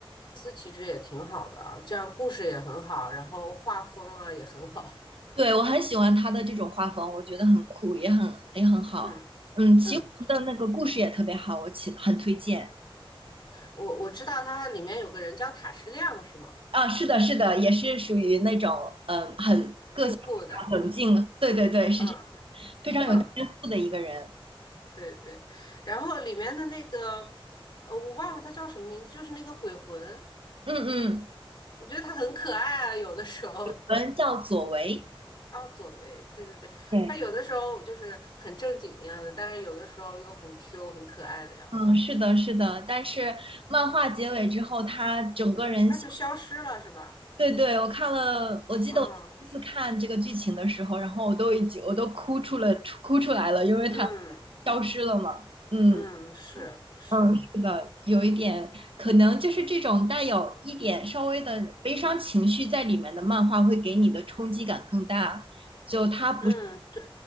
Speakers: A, on the left (about 55°); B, on the right (about 70°).
A: 司其职也挺好的啊，这样故事也很好，然后画风啊也很好，
B: 对，我很喜欢他的这种画风，我觉得很酷，也很也很好。
A: 嗯
B: 嗯，
A: 嗯，
B: 《棋魂》的那个故事也特别好，我其很推荐。
A: 我我知道它里面有个人叫塔矢亮是吗？
B: 啊，是的，是的，也是属于那种呃很
A: 酷酷的，
B: 冷静，对对对，是这
A: 嗯
B: 非常有天赋的一个人。
A: 嗯。对对，然后里面的那个，呃，我忘了他叫什么名字，就是那个鬼魂，
B: 嗯嗯，
A: 我觉得他很可爱啊，有的时候。
B: 人叫左为。
A: 啊，左为，对对对，
B: 对，
A: 他有的时候就是很正经的样子，但是有的时候又很 Q、很可爱的样子，
B: 嗯，是的，是的。但是漫画结尾之后，他整个人
A: 他就消失了，是吧？
B: 对对，我看了，我记得我第一次看这个剧情的时候，
A: 嗯
B: 然后我都已经我都哭出了哭出来了，因为它
A: 嗯
B: 消失了嘛。嗯
A: 嗯，是是，
B: 嗯，是的，有一点可能就是这种带有一点稍微的悲伤情绪在里面的漫画，会给你的冲击感更大。就它
A: 嗯对，